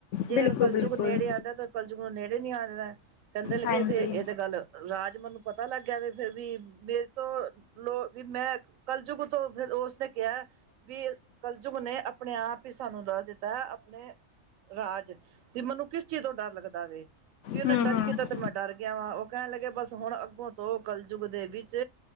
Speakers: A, on the right (about 85°); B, on the left (about 70°).
A: ਜੇ
B: ਬਿਲਕੁਲ,
A: ਕਲਯੁਗ
B: ਬਿਲਕੁਲ,
A: ਨੇੜੇ ਆਂਦਾ ਤੇ ਕਲਯੁਗ ਨੂੰ ਨੇੜੇ ਨੀ ਆ ਜਾਂਦਾ ਕਹਿੰਦੇ ਲੱਗੇ
B: ਹਾਂਜੀ,
A: ਤੇ ਇਹ ਤੇ ਗੱਲ ਰਾਜ ਮੈਨੂੰ ਪਤਾ ਲੱਗ ਗਿਆ ਵੈ ਫਿਰ ਵੀ ਮੇਰੇ ਤੋਂ ਲੋ ਵੀ ਮੈਂ ਕੱਲ ਜੁਗ ਤੋਂ ਫਿਰ ਉਸਨੇ ਕਿਹਾ। ਵੀ ਕਲਯੁਗ ਨੇ ਆਪਣੇ ਆਪ ਹੀ ਸਾਨੂੰ ਦੱਸ ਦਿੱਤਾ ਆਪਣੇ ਰਾਜ ਤੇ ਮੈਨੂੰ ਕਿਸ ਚੀਜ਼ ਤੋਂ ਡਰ ਲੱਗਦਾ ਵੇ। ਵੀ ਉਹਨੇ
B: ਹੂੰ,
A: ਟੱਚ
B: ਹੂੰ,
A: ਕੀਤਾ ਤੇ ਮੈਂ ਡਰ ਗਿਆ ਵਾ ਉਹ ਕਹਿਣ ਲੱਗੇ ਬਸ ਹੁਣ ਅੱਗੋਂ ਤੋਂ ਕਲਯੁੱਗ ਦੇ ਵਿੱਚ